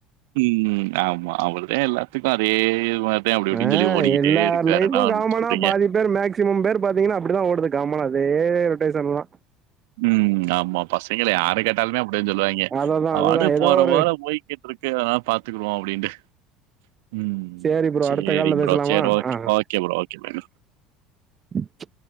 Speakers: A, on the right; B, on the right.
A: ம் ஆமா அவருத எல்லாத்துக்கும் அப்டே மா த அப்டி இப்டினு
B: ஆ
A: சொல்லி ஓடிக்கிட்டே
B: எல்லார்
A: இருக்காரு
B: லைஃபு
A: அண்ணா அப்டி
B: காமனா
A: சொல்றீங்க
B: பாதி பேர் மேக்சிமம் பேர் பாத்தீங்கன்னா அப்டிதா ஓடுது காமன்னா அப்டே ரொட்டேஷன்னா
A: ம் ஆமா பசங்கள யார கேட்டாலுமே அப்டிதா சொல்லுவாய்ங்க
B: அததா அதுதா
A: அது
B: ஏதோ
A: போற
B: ஒரு
A: போல போய்க்கி இருக்குறதல்லா பாத்துக்குவோம் அப்டின்ட்டு ம்
B: சேரி ப்ரோ
A: சேரி
B: அடுத்த கால்ல
A: ப்ரோ
B: பேசலாமா
A: செர் ஓகே
B: ஆ ஆ
A: ஓகே ப்ரோ ஓகே ப்ரோ
B: <inaudible>